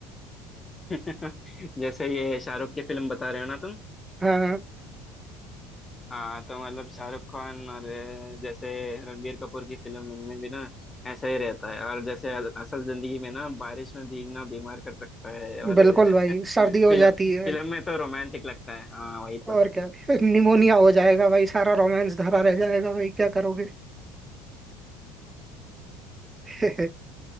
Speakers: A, on the left (about 15°); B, on the right (about 15°).
A: <laughs> जैसे ये शाहरुख की फिल्म बता रहे हो ना तुम
B: हाँ हाँ
A: हाँ तो मतलब शाहरुख खान और अ, जैसे रणबीर कपूर की फिल्म इनमें भी ना ऐसा ही रहता है और जैसे अ- असल जिंदगी में ना बारिश में भीगना बीमार कर सकता है और
B: बिल्कुल भाई
A: फिल्म
B: सर्दी हो जाती है भाई
A: फिल्म <laughs> में तो रोमांटिक लगता है हाँ वही तो
B: और क्या <laughs> भाई, निमोनिया हो जाएगा भाई सारा रोमांस धरा रह जाएगा भाई क्या करोगे <laughs>